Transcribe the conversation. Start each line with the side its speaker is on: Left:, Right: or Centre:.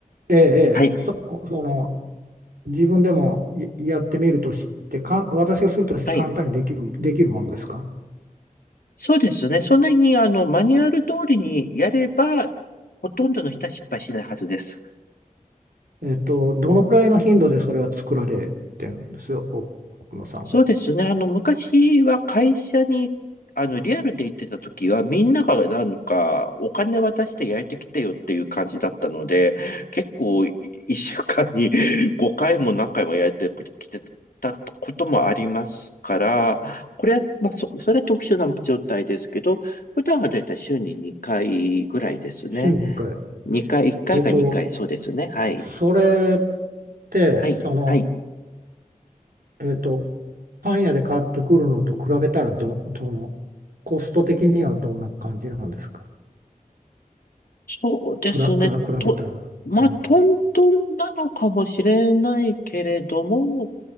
Right: ええ、ええそ、
Left: はい。
Right: その、自分でもいやってみるとして、かん、私がするとして簡単にできる、
Left: はい。
Right: できるものですか
Left: そうですね。そんなに、あの、マニュアル通りにやれば、ほとんどの人は失敗しないはずです。
Right: えっと、どのくらいの頻度でそれは作られてるんですよ、お奥野さんは。
Left: そうですね。あの、昔は会社に、あの、リアルで行ってた時は、みんながなんか、お金渡して焼いてきてよっていう感じだったので、結構、い一週間に <laughs> 5回も何回も焼いてきてたこともありますから、これは、まあ、そ、それは特殊な状態ですけど、普段はだいたい週に2回ぐらいですね。
Right: 週に1回。
Left: 2回、1回か2回、
Right: えっと、
Left: そうですね。はい。
Right: それって、
Left: はい。
Right: その、
Left: はい。
Right: えっと、パン屋で買ってくるのと比べたらど、その、コスト的にはどんな感じなんですか
Left: そうですね。
Right: くら、くら、比べたら。
Left: と、
Right: はい。
Left: まあ、トントンなのかもしれないけれども、